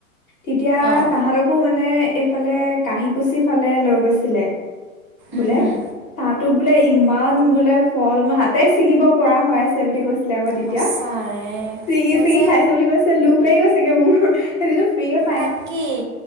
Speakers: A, on the left; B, on the right.
A: তেতিয়া
B: অঁ
A: তাহতকো মানে এইফালে কাহিকুচি ফালে লৈ গৈছিলে
B: উম
A: বোলে
B: হুম
A: তাত টো বোলে ইমান বোলে ফল হাতে চিঙিব পৰা হয়ছ চে বুলি কৈছিলে আকৌ তেতিয়া
B: সঁচাৰে
A: চিঙি
B: মই
A: চিঙি
B: যে
A: খাইছো বুলি কৈছে লোপ লাগি গৈ চেগে মোৰ হেটিটো ফ্ৰী অত
B: তাকেই